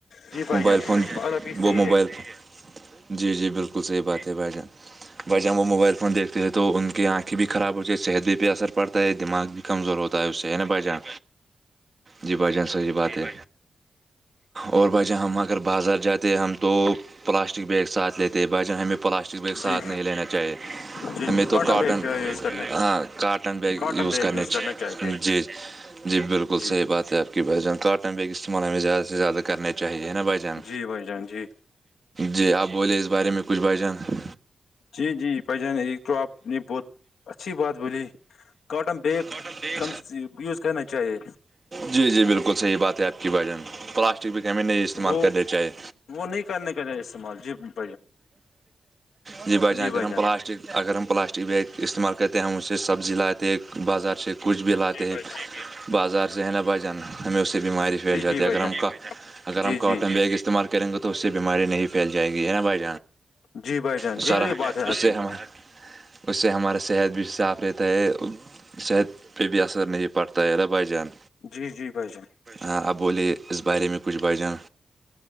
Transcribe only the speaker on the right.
موبائل
فون
وہ
موبائل
فون جی جی بالکل صحیح بات ہے بھائی جان ب جب وہ
موبائل فون دیکھتے ہیں تو ان کی آنکھیں بھی خراب ہوتی ہے صحت بھی پہ اثر پڑتا ہے دماغ بھی کمزور ہوتا ہے اس سے ہے نا بھائی جان جی بھائی جان صحیح بات ہے اور بھائی جان ہم اگر بازار جاتے ہم تو پلاسٹک بیگ ساتھ لیتے ت باسے ہمیں پلاسٹک ب ساتھ
نہیں ہی لینا چاہیے
ہم
تو کاٹن
ہاں کااٹن بیگ
یز
کرنچ
جی جی بالکل
صحیح بات ہے آپ بائی جان ک کاٹن بیگ استعمال ہمیں زیادہ سے زیادہ کرنے چاہیے نا بجن
جی آپ بولے اس بارے میں کچھ بجن ج <inaudible>
بٹل د ک جا چاہیے
<inaudible> جی جی بالکل صحیح بات ہے آپ کی بھجن پلاسٹک بھی کہ ہمیں نہیں استعمال
کرنے چاہیے
یہ بچان
گ ہم
پلاسٹک <inaudible> اگر ہم پلاسٹک بیگ استعمال کرتے ہیں ہم سے سبزی لاتے بازار چ کچھ بھی لاتے
ہیں
بازار سے ہے ن بجان ہمیں اس سے بیماری پھیل
جاتی
ہے
اگر ہم
کاف اگر
ہم کاٹن
بیگ استعمال کریں گے تو اس سے بیماری نہیں پھیل جائے گی نا بھائی
سرح
اسحمد
<inaudible> اس سے ہمارا صحت بھی صاف رہتا ہے صحت پہ بھی اثر نہیں پڑتا ہے الر بھائی جان
ہاں اب بولے اس بارے میں کچھ بھ جان